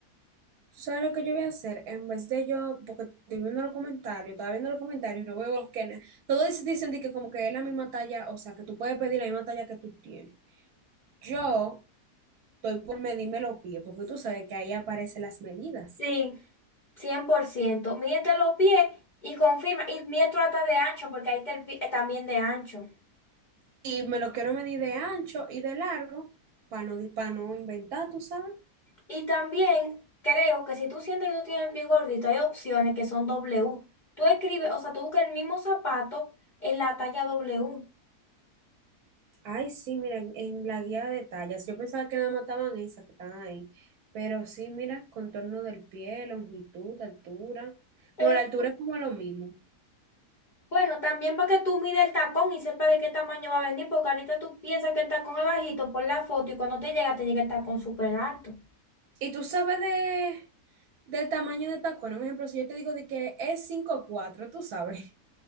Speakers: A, on the right (about 75°); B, on the left (about 65°).
A: ¿Tú sabes lo que yo voy a hacer? En vez de yo, porque estoy viendo los comentarios, estaba viendo los comentarios y no veo que na- todos dicen de que como que es la misma talla, o sea, que tú puedes pedir la misma talla que tú tienes. Yo estoy por medirme los pies, porque tú sabes que ahí aparecen las medidas.
B: Sí, 100%. Mídete los pies y confirma. Y mide tu hasta de ancho, porque ahí está el pie eh, también de ancho.
A: Y me lo quiero medir de ancho y de largo para no, di- pa' no inventar, ¿tú sabes?
B: Y también creo que si tú sientes que tú tienes el pie gordito, hay opciones que son W. Tú escribes, o sea, tú buscas el mismo zapato en la talla W.
A: Ay, sí, mira, en en la guía de tallas. Yo pensaba que nada más estaban esas que están ahí. Pero sí, mira, contorno del pie, longitud, altura.
B: Es,
A: Bueno, la altura es como lo mismo.
B: bueno, también para que tú mides el tacón y sepas de qué tamaño va a venir, porque ahorita tú piensas que el tacón es bajito por la foto y cuando te llega, te llega el tacón súper alto.
A: Y tú sabes de, del tamaño de tacón. Un ejemplo, si yo te digo de que es cinco cuatro, tú sabes.